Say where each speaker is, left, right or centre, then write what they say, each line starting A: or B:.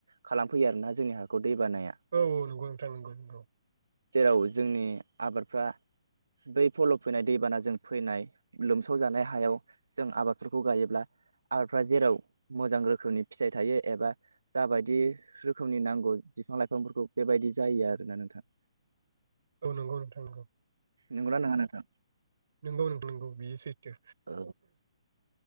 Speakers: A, on the right; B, on the right.
A: खालामफैयो आरोना जोंनि हाखौ। दैबानाया
B: औ औ नंगौ नोंथां नंगौ न्द्र।
A: जेराव जोंनि आबारफ्रा। दै फल'ब फैनाय दैबानाजों फैनाय लोमसाव जानाय हायाव जों आबादफोरखौ गायोब्ला। आबारफ्रा जेराव मोजां रोखोमनि फिथाइ थायो एबा जाबायदि रोखोमनि नांगौ बिफां लाइफांफोरखौ बेबायदि जायो आरोना नोंथां।
B: औ नंगौ नोंथां नंगौ।
A: नोंगौ ना नोङा नोंथां।
B: नोंगौ नोंगौ बियो सैथो।
A: औ